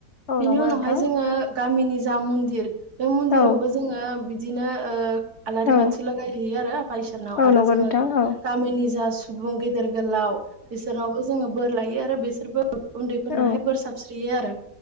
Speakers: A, on the left; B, on the right.
A: औ
B: बिनि
A: नंगौ
B: उनावहाय
A: नोंथां
B: जोङो गामिनि जा मन्दिर बे मन्दिरावबो
A: औ
B: जोङो बिदिनो आलारि
A: औ
B: बाथि लागायहैयो आरो नाव
A: औ
B: आरो
A: नंगौ
B: जोङो
A: नोंथां औ
B: गामिनि जा सुबुं गेदेर गोलाव बिसोरनावबो जोङो बोर लायो आरो बिसोरबो उन्दैफोरनोहाय
A: औ
B: बोर साबस्रियो आरो